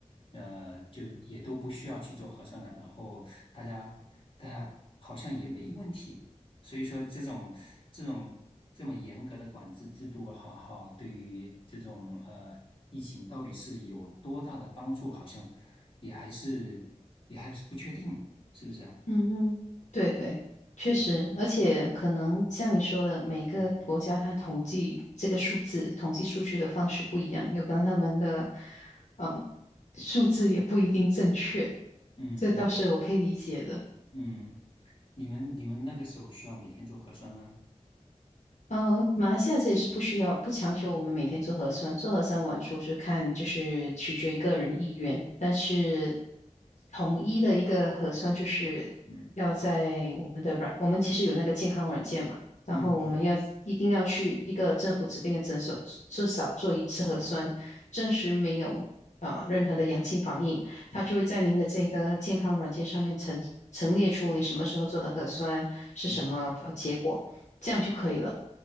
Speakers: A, on the left; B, on the left.
A: 呃，就也都不需要去做核酸了，然后大家大家好像也没问题。所以说这种这种这么严格的管制制度，哈哈，对于这种呃疫情到底是有多大的帮助，好像也还是也还是不确定，是不是？
B: 嗯哼对对，确实，
A: 对，
B: 而且可能像你说的，每个国家它统计这个数字、
A: 嗯
B: 统计数据的方式不一样，有可能他们的嗯数字也不一定正确，
A: 嗯嗯
B: 这倒是我可以理解的。
A: 嗯，你们你们那个时候需要每天做核酸吗？
B: 呃，马来西亚这也是不需要，不强求我们每天做核酸，做核酸完出是看就是取决于个人意愿，但是统一的一个核酸就是要在我们的软，
A: 嗯
B: 我们其实有那个健康软件嘛，然后我们要一定要去一个政府指定的诊所，
A: 嗯嗯
B: 至至少做一次核酸，证实没有啊、呃任何的阳性反应，它就会在您的这个健康软件上面陈陈列出你什么时候做的核酸是什么呃结果，
A: 嗯，
B: 这样就可以了。